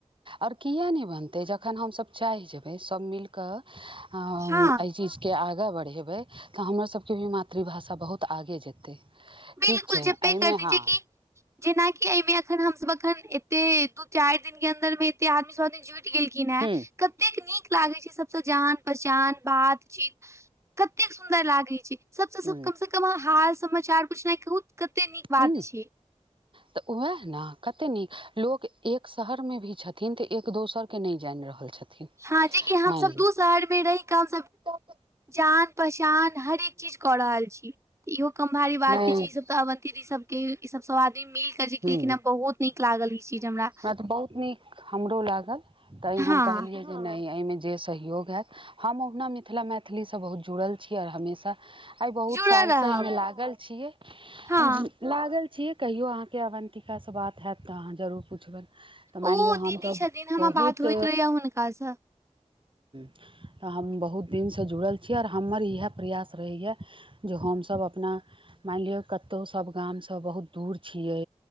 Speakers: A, on the right (about 45°); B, on the right (about 25°).
A: आओर किया नय बनतै जखन हमसभ चाहि जेबै सभ मिल कऽ हं
B: हँ
A: एहि चीज के आगाँ बढ़ेबै तऽ हमर सबके भी मातृभाषा बहुत आगे जेतै। ठीक
B: बिलकुल
A: छै
B: जपे
A: एहिमे
B: कर
A: हँ
B: दीज कि जेना कि अइमे एखन हम सभ एखन एते दू चारि दि के अन्दर मे एते आदमी सभ जुटि गेलखिन हे
A: ह
B: कतेक नीक लागै छै सबसँ जान पहचान बात चीत कतेक सुन्दर लागै छै सबसँ
A: ह
B: कम से कम अहाँ हाल समाचार पुछना कहू कते नीक बात
A: हूं
B: छै
A: तऽ वएह ने कते नी लोक एक शहर मे भी छथिन तऽ एक दोसरके नहि जानि रहल छथिन
B: हँ
A: <inaudible>
B: जेकि हमसब
A: मान लिए
B: दू शहर मे रहि कऽ हमसब
A: <unintelligible>
B: जान पहचान हरेक चीज कऽ रहल छी इहो कम भारी बात
A: नहि
B: नै छै ई सब तऽ अवंति दी सब के ई सब सब आदमी मिल के जे
A: हूँ
B: केलखिन ह
A: <inaudible>
B: बहुत नीक लागल ई चीज हमरा
A: हँ तऽ बहुत नीक हमरो लागल तऽ
B: हँ
A: ई हम कहलियै नय नइ एहिमे जे सहयोग हैत हम ओहुना मिथिला मैथिलीसँ बहुत जुड़ल छी आर हमेशा आई बहुत
B: जुड़ल
A: साल
B: रहब
A: सँ अयमे लागल छिये
B: हँ
A: <unintelligible> लागल छिये कहियो आहाँ के अवन्तिका सँ बात हैत तऽ अहाँ जरूर पूछवैन तऽ मान
B: ओ
A: लिअ हम
B: दीदी
A: तऽ
B: छथिन हमर
A: बहुत
B: बात होइत रहैया हुनकासँ
A: <inaudible> तऽ हम बहुत दिनसँ जुड़ल छी आर हमर इहा प्रयास रहैए जे हमसभ अपना मानलिओ कतो सभ गामसँ बहुत दूर छियै